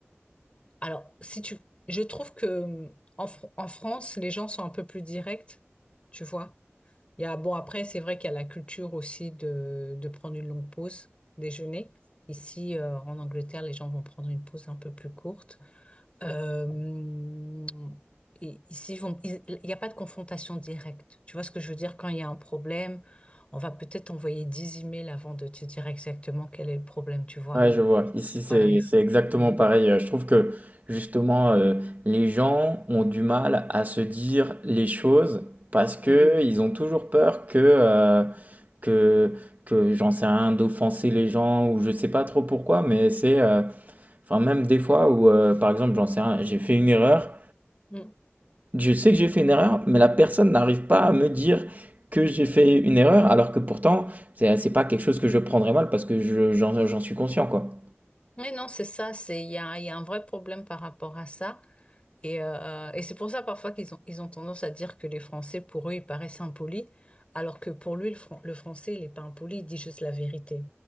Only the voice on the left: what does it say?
Alors, si tu... Je trouve que euh, en, Fr- en France, les gens sont un peu plus directs, tu vois. Il y a... Bon, après, c'est vrai qu'il y a la culture aussi de, de prendre une longue pause, déjeuner. Ici, euh, en Angleterre, les gens vont prendre une pause un peu plus courte. Euh, et ici, ils vont- ils- il n'y a pas de confrontation directe. Tu vois ce que je veux dire? Quand il y a un problème, on va peut-être envoyer 10 emails avant de te dire exactement quel est le problème, tu vois?
Voilà. il faut-
Mm.
Mm.
Mm.
Mais non, c'est ça, c'est, il y a, il y a un vrai problème par rapport à ça. Et, euh, et c'est pour ça parfois qu'ils ont, ils ont tendance à dire que les Français, pour eux, ils paraissent impolis, alors que pour lui, le, Fran- le Français, il n'est pas impoli, il dit juste la vérité.